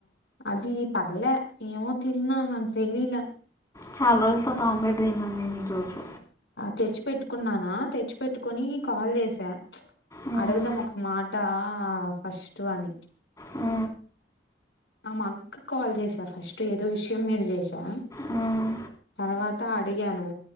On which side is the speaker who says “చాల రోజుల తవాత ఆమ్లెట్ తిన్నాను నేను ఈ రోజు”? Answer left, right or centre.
Left